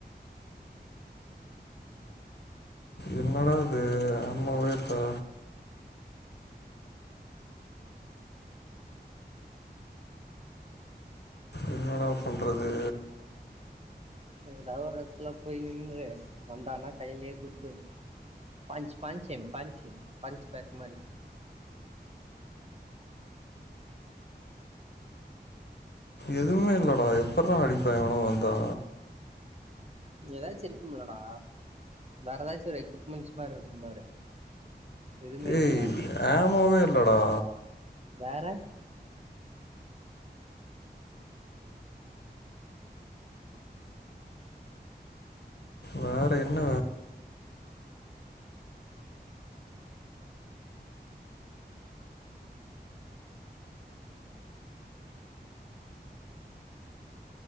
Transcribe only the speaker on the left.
என்னடா அது நம்மோ உயிர்டா என்னடா பண்றது
எதுமே இல்லடா எப்பிட்றா அடிப்பே எவனோ வந்தா
ஏய்
ஆம் மாவே இல்லடா
வேற என்ன